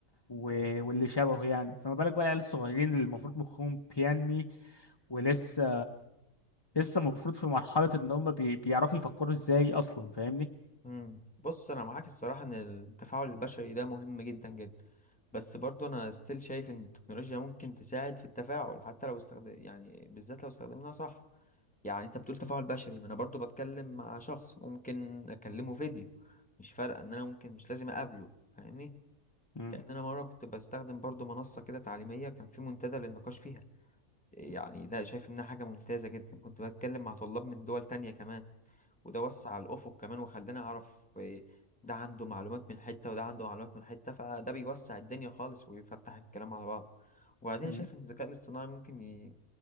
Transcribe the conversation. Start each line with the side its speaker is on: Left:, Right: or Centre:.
Left: و- واللي شبهه يعني فما بالك بقى العيال الصغيرين اللي المفروض مخهم بينمي ولسه لسه المفروض في مرحله ان هم بي... بيعرفوا يفكروا ازاي اصلا فاهمني
Centre: مم. بص انا معاك الصراحه ان التفاعل البشري ده مهم جدا جدا بس برضو انا ستيل شايف ان التكنولوجيا ممكن تساعد في التفاعل حتى لو استخدم يعني بالذات لو استخدمناها صح يعني انت بتقول تفاعل بشري ما انا برضو بتكلم مع شخص ممكن اكلمه فيديو مش فارقه ان انا ممكن مش لازم اقابله فاهمني
Left: مم،
Centre: يعني انا مره كنت بستخدم برضو منصه كده تعليميه كان في منتدى للنقاش فيها يعني ده شايف انها حاجه ممتازه جدا كنت بتكلم مع طلاب من دول تانية كمان وده وسع الأفق كمان وخلاني أعرف إيه، ده عنده معلومات من حتة وده عنده معلومات من حتة فده بيوسع الدنيا خالص ويفتح الكلام على بعض وبعدين أنا
Left: مم،
Centre: شايف إن الذكاء الاصطناعي ممكن ي...